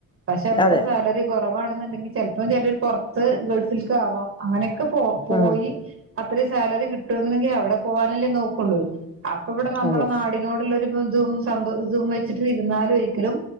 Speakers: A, on the right; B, on the left.
A: പക്ഷെ ഇവടെ
B: അതെ
A: സാലറി- കൊറവാണെന്നുണ്ടെങ്കിൽ ചെലപ്പോ ചെലര് പൊറത്ത് ഗൾഫിൽക്ക് ആവാം അങ്ങനെയൊക്കെ പോ പോയി-
B: ഉം
A: അത്രയും സാലറി കിട്ടുംങ്ങനെങ്കിൽ അവിടെ പോവാനല്ലേ നോക്കുള്ളൂ അപ്പ ഇവിടെ നമ്മളെ
B: അതെ
A: നാടിനോടുള്ള ഒരു- <unintelligible> തും വെച്ചിട്ട് ഇരുന്നാലു ഒരിക്കലും